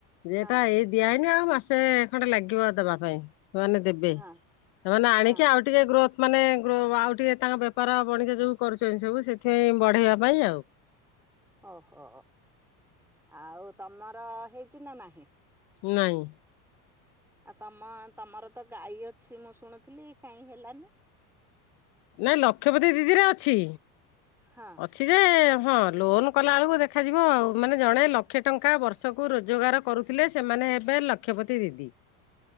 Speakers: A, in the centre; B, on the left (about 55°).
A: ହଁ
B: ଏଟା ଏଇ ଦିଆହଇନି ଆଉ ମାସେ ଖଣ୍ଡେ ଲାଗିବ ଦବା ପାଇଁ। ମାନେ ଦେବେ
A: ହଁ
B: ସେମାନେ ଆଣିକି
A: ହଁ
B: ଆଉ ଟିକେ ଗ୍ରୋଥ ମାନେ ଗ୍ରୋ ଆଉ ଟିକେ ତାଙ୍କ ବେପାର ବଣିଜ ଯେଉଁ କରୁଛନ୍ତି ସବୁ ସେଥିପାଇଁ ବଢ଼େଇବା ପାଇଁ ଆଉ।
A: ଓ ହୋ ଆଉ ତମର ହେଇଚି ନା ନାହିଁ?
B: ନଇଁ
A: ଆଉ ତମ ତମର ତ ଗାଈ ଅଛି ମୁଁ ଶୁଣୁଥିଲି କାହିଁ ହେଲାନି?
B: ନାଇଁ ଲକ୍ଷପତି ଦିଦିରେ ଅଛି।
A: ହଁ
B: ଅଛି ଯେ ହଁ ଲୋନ୍ କଲାବେଳକୁ ଦେଖାଯିବ ଆଉ। ମାନେ ଜଣେ ଲକ୍ଷେ ଟଙ୍କା ବର୍ଷକୁ ରୋଜଗାର କରୁ ଥିଲେ ସେମାନେ ହେବେ ଲକ୍ଷପତି ଦିଦି